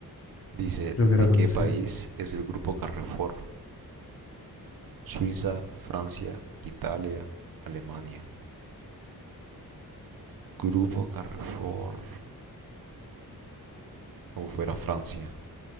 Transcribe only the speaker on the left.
Creo
que era
conocido.